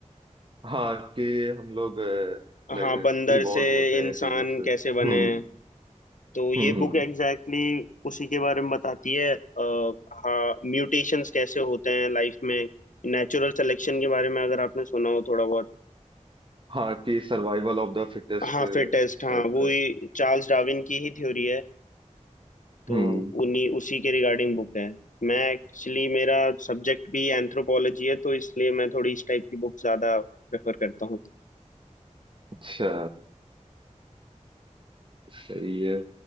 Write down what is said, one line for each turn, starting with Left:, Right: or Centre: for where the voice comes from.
Right: हाँ कि हम लोग लाइक
Left: हाँ बंदर
Right: इवॉल्व
Left: से
Right: होते
Left: इंसान
Right: हैं चीजों से
Left: कैसे बने
Right: हम्म
Left: हैं तो ये
Right: हम्म
Left: बुक
Right: हम्म।
Left: एग्जैक्टली exactly उसी के बारे में बताती है अ, हाँ म्यूटेशंस कैसे होते हैं लाइफ में नेचुरल सिलेक्शन के बारे में अगर आपने सुना हो थोड़ा बहुत
Right: हाँ कि सर्वाइवल ऑफ द फिटेस्ट
Left: हाँ फिटेस्ट
Right: इस
Left: हाँ
Right: टाइप
Left: वो
Right: का
Left: ही चार्ल्स डार्विन की ही थ्योरी है तो
Right: हम्म
Left: उन्हीं उसी के रिगार्डिंग बुक है मैं एक्चुअली मेरा सब्जेक्ट भी एंथ्रोपोलॉजी है तो इसलिए मैं थोड़ी इस टाइप की बुक ज्यादा प्रेफर करता हूँ
Right: अच्छा सही है